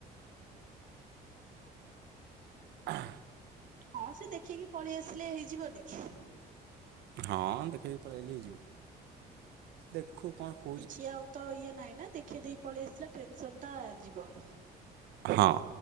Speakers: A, on the right; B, on the right.
A: ହଁ।
B: ହଁ ସେ ଦେଖିକି ପଳେଇ ଆସିଲେ ହେଇଯିବନି କି?
A: ହଁ ଦେଖେଇକି ପଳେଇଲେ ହେଇଯିବ। ଦେଖୁ କଣ କୁ
B: କିଛି ଆଉ ତ ଇଏ ନାହିଁ ନା ଦେଖି ଦେଇ ପଳେଇ ଆସିଲା ଟେନସନ ଟା ଯିବ।
A: ହଁ।